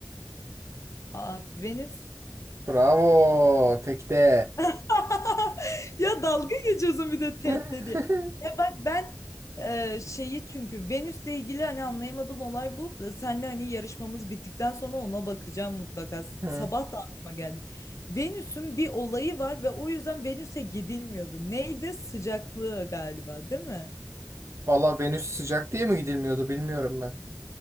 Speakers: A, on the left; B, on the right.
A: Aa, Venüs.
B: Bravo. Tekte.
A: <laughs> Ya dalga geçiyorsun bir de tek
B: <laughs>
A: dedi. Ya bak ben e, şeyi çünkü Venüs'le ilgili hani anlayamadığım olay bu. Senle hani yarışmamız bittikten sonra ona bakacağım mutlaka.
B: Hı.
A: Sabah da aklıma geldi. Venüs'ün bir olayı var ve o yüzden Venüs'e gidilmiyordu. Neydi? Sıcaklığı galiba, değil mi?
B: Valla Venüs sıcak diye mi gidilmiyordu bilmiyorum ben